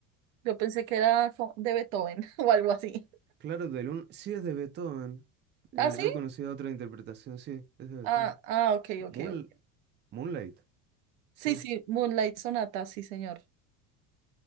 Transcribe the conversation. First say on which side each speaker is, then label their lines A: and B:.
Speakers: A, on the right; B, on the right.
A: Yo pensé que era co- de Beethoven <laughs> o algo así.
B: Claro, del un... sí es de Beethoven. Eh,
A: ¿Ah, sí?
B: yo conocí otra interpretación, sí, es de Beethoven.
A: Ah, ah, ok,
B: Moon...
A: ok, ok.
B: Moonlight,
A: Sí,
B: sí.
A: sí, Moonlight Sonata, sí, señor.